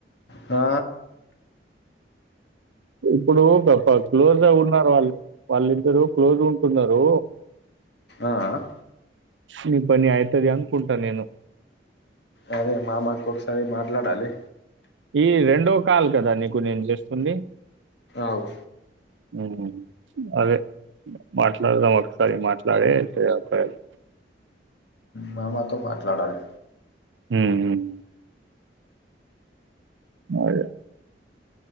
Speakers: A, on the left; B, on the right.
A: అ
B: ఇప్పుడు పా క్లోజ్ ఉన్నారు వాళ్ళు వాళ్ళి ఇద్దరు క్లోజ్ ఉంటున్నారు
A: అ అ
B: నీ పని అయితది అనుకుంటా నేను
A: అరే మా మామకు ఒకసారి మాట్లాడాలి
B: ఈ రెండో కాల్ గదా నీకు నేను చేస్తుంది
A: అవు
B: ఉమ్ అదే మాట్లాడదాం ఒకసారి మాట్లాడి చేయ్యాలి <inaudible>
A: మామతో మాట్లాడాలి
B: ఉమ్ అదే